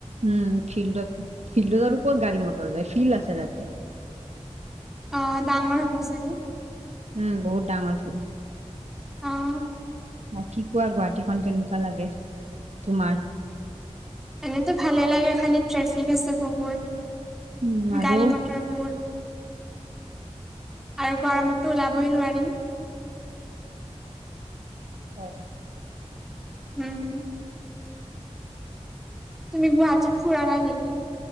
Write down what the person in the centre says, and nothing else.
অ', ডাঙৰ হ'ব চাগে।
অ'।
এনেতো ভালে লাগে খালি ট্ৰেফিক আছে বহুত
গাড়ী মটৰ বহুত। আৰু গৰমতো ওলাবই নোৱাৰি।
উম। তুমি গুৱাহাটীত ফুৰা নাই নেকি।